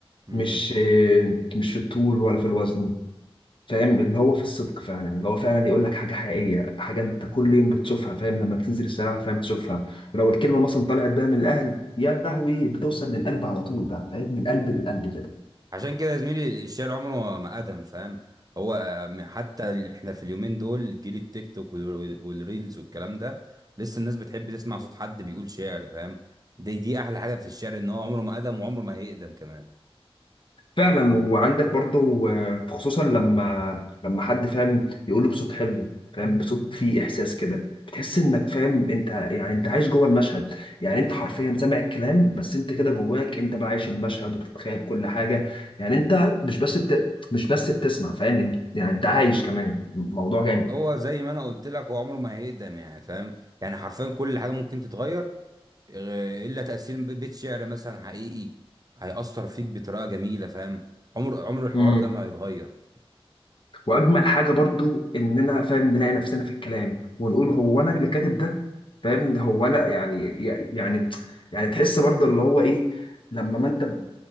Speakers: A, on the right (about 40°); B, on the left (about 55°).
A: امم
B: مش مش في الطول ولا في الوزن فاهم اللي هو في الصدق فعلا اللي هو فعلا يقول لك حاجه حقيقيه حاجه انت كل يوم بتشوفها فاهم لما بتنزل الشارع فاهم بتشوفها لو الكلمه مثلا طلعت بقى من القلب يا لهوي بتوصل للقلب على طول بقى فاهم من قلب للقلب كده
A: عشان كده يا زميلي الشعر عمره ما ادم فاهم هو آه، حتى ال- احنا في اليومين دول جيل التيك توك وال- والريلز والكلام ده لسه الناس بتحب تسمع صوت حد بيقول شعر فاهم دي دي احلى حاجه في الشعر ان هو عمره ما ادم وعمره ما هيقدم كمان
B: فعلا وعندك برضو آه، خصوصا لما لما حد فاهم يقوله بصوت حلو فاهم بصوت فيه احساس كده بتحس انك فاهم انت يعني انت عايش جوه المشهد يعني انت حرفيا سامع الكلام بس انت كده جواك انت بقى عايش المشهد وبتتخيل كل حاجه يعني انت مش بس بت... مش بس بتسمع فاهم انت- يعني انت عايش كمان الموضوع
A: هو زي ما انا قلت لك هو عمره ما هيقدم يعني فاهم يعني حرفيا كل حاجه ممكن تتغير آه، الا تاثير بيت شعر مثلا حقيقي هيأثر فيك بطريقه جميله فاهم عمر عمر الحوار
B: جامد
A: ده ما هيتغير
B: واجمل حاجه برضو اننا فاهم نلاقي نفسنا في الكلام ونقول هو انا اللي كاتب ده فاهم ده هو انا يعني يعني يعني تحس برضو اللي هو ايه لما ما انت